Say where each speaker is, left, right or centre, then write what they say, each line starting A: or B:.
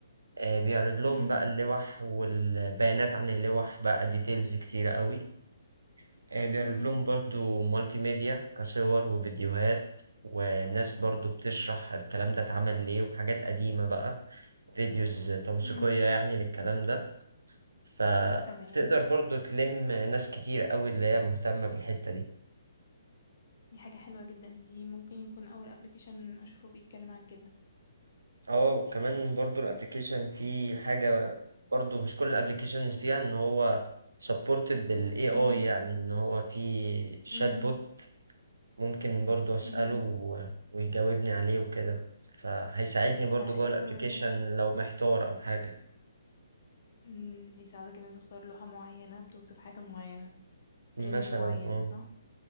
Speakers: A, on the right; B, on the left.
A: آه، بيعرض لهم
B: مهم.
A: بقى اللوح والبيانات عن اللوح بقى ديتيلز كتيرة قوي آه، بيعرض
B: مهم.
A: لهم برضو مالتي ميديا كصور وفيديوهات وناس برضو بتشرح الكلام ده اتعمل ليه وحاجات قديمة بقى فيديوز توثيقية
B: مهم.
A: يعني للكلام ده فبتقدر
B: تمام
A: برضو تلم ناس كتير قوي اللي هي مهتمة بالحتة دي
B: دي حاجه حلوه جدا دي ممكن يكون اول ابلكيشن اشوفه بيتكلم عن كده
A: اه وكمان برضو الابليكيشن فيه حاجة برضو مش كل الابليكيشنز فيها ان هو سبورتد بالاي اي
B: مهم.
A: يعني ان هو في شات
B: مهم.
A: بوت ممكن برضو أسأله
B: مهم.
A: و- ويجاوبني عليه وكده فهيساعدني برضو
B: ده
A: جوه
B: حلو
A: الابليكيشن
B: جدا
A: لو محتار أو حاجة
B: امم يساعدك انك تختار لوحة معينة بتوصف حاجة معينة
A: مثلا
B: في رينج معين
A: اه
B: صح